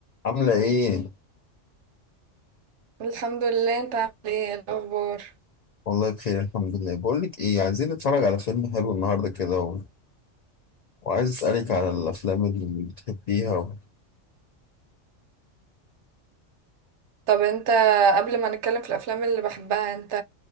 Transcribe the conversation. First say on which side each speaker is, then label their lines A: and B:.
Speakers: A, on the left; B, on the right.
A: عاملة ايه؟
B: الحمد لله انت عامل ايه ايه الاخبار
A: والله بخير الحمد لله بقولك ايه عايزين نتفرج على فيلم حلو النهاردة كده و... وعايز اسألك على الأفلام اللي بتحبيها و...
B: طب انت قبل ما نتكلم في الافلام اللي بحبها انت